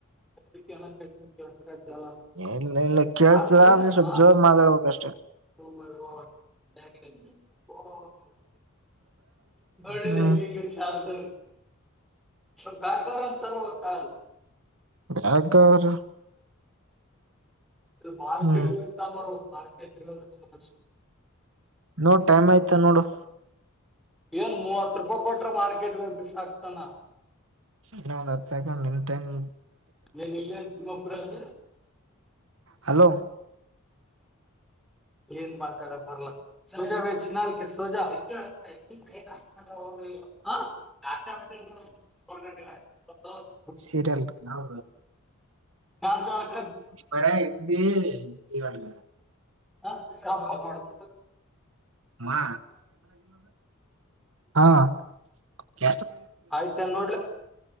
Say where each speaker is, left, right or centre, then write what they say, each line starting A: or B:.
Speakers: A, in the centre; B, on the right (about 65°).
A: ಬ ಂಗ
B: ಇಲ್ಲ ಇಲ್ಲ ಕೇಳ್ತದ ನೀ ಸ್ವಲ್ಪ್ ಜೋರ್ ಮಾತಾಡ್ಬೇಕಷ್ಟೆ
A: ಬ
B: ಹ್ಮ್
A: ಸ ಗಾಯ ಬ ಕ್ಕಾಲ್
B: ಯಾಕ್ರ
A: ಮಾರ್ಕೆಂತ
B: ಹ್ಮ್
A: ಹ್ಮ್
B: ನೋಡ್ ಟೈಮ್ ಆಯ್ತಾ ನೋಡು
A: ಏನ್ ಮೂವತ್ತು ರೂಪಾಯಿ ಕೊಟ್ರ ಮಾರ್ ಬಿಸಕ್ತಾನ
B: ಇನ್ನ ಒಂದ್ ಹತ್ತು ಸಾಯಕ ನ ನಿನ್ಂತನ್
A: ನ ಇಲ್ಲ ಪ್ರಜ
B: ಹಲೋ
A: ಏನ್ ಮಾತಾಡ ಬರ್ಲ್ಲ ಸಂಜ ಚಿನಲ್ ಸೋಜಾವ ಹ ಹೌ ಹಾ ದಾಾ ಮ ಹೊಟ ಮ
B: ಸೀರಿಯಲ್ ಹೌ
A: ಯಾರ್ ಜ
B: ಬರ ಎಿ ಈ ಮಾಡ
A: ಹ ಶ ಪ ಕೊಡುದು
B: ಮಾ ಹಾ ತ
A: ಆಯ್ತ ನೋಡ್ಲ